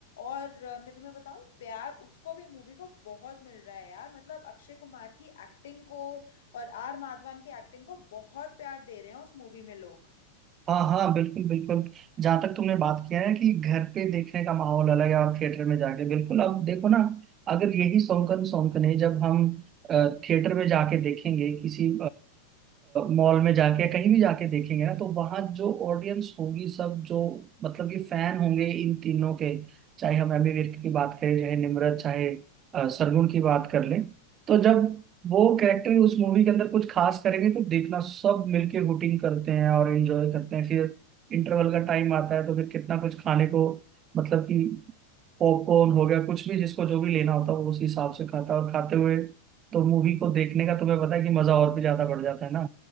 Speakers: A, on the left; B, on the right.
A: और अ, मैं तुम्हें बताऊं प्यार उसको भी मूवी को बहुत मिल रहा है यार मतलब अक्षय कुमार की एक्टिंग को और आर माधवन की एक्टिंग को बहुत प्यार दे रहे हैं उस मूवी में लोग
B: हाँ हाँ बिल्कुल बिल्कुल जहाँ तक तुमने बात किया है कि घर पे देखने का माहौल अलग है और थिएटर में जाके बिल्कुल अब देखो ना अगर यही सौंकन सौंकन है जब हम अ, थिएटर में जाके देखेंगे किसी मॉल में जाके या कहीं भी जाके देखेंगे ना तो वहाँ जो ऑडियंस होगी सब जो मतलब कि फैन होंगे इन तीनों के चाहे हम एमी विर्क की बात करें चाहे निम्रत चाहे अ, सरगुण की बात कर लें तो जब वो कैरेक्टर उस मूवी के अंदर कुछ खास करेंगे तो देखना सब मिलके हुटिंग करते हैं और एंजॉय करते हैं फिर इंटरवल का टाइम आता है तो फिर कितना कुछ खाने को मतलब कि पॉपकॉर्न हो गया कुछ भी जिसको जो भी लेना होता है वो उस हिसाब से खाता है और खाते हुए तो मूवी को देखने का तुम्हें पता है कि मजा और भी ज्यादा बढ़ जाता है ना